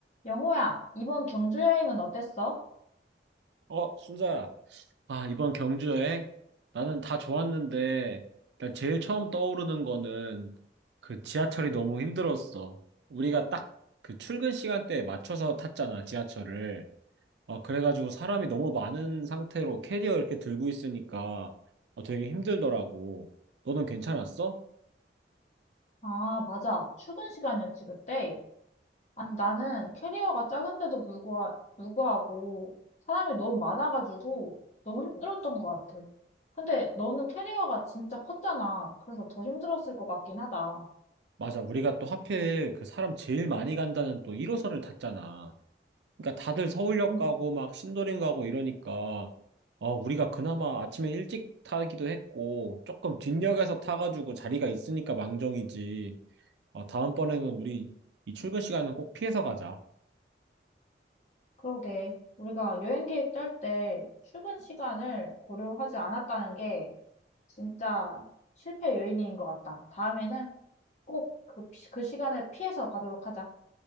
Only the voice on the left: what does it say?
영호야, 이번 경주 여행은 어땠어?
아, 맞아. 출근 시간이었지, 그때. 아니, 나는 캐리어가 작은데도 불구하, 불구하고 사람이 너무 많아가지고 너무 힘들었던 것 같아. 근데 너는 캐리어가 진짜 컸잖아. 그래서 더 힘들었을 것 같긴 하다.
음,
그러게. 우리가 여행 계획 짤 때 출근 시간을 고려하지 않았다는 게 진짜 실패 요인인 것 같다. 다음에는 꼭 그, 피- 그 시간을 피해서 가도록 하자.